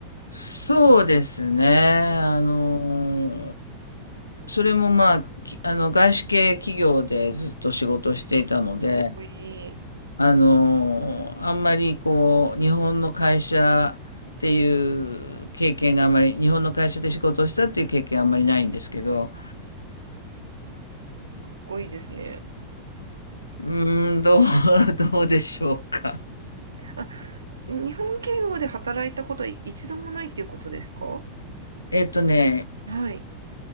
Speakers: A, on the left (about 80°); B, on the right (about 75°).
A: そうですね。あの、
B: うんかっ
A: それもまあ、きあの、外資系企業でずっと仕事をしていたので、
B: こいい。か
A: あの、あんまりこう、日本の会社っていう経験があんまり、日本の会社で仕事をしたっていう経験あんまりないんですけど、
B: っこいいですね。
A: うーん、どう、<laughs> どうでしょうか。
B: あ、日本企業で働いたことは一度もないっていうことですか
A: えっとね、
B: はい。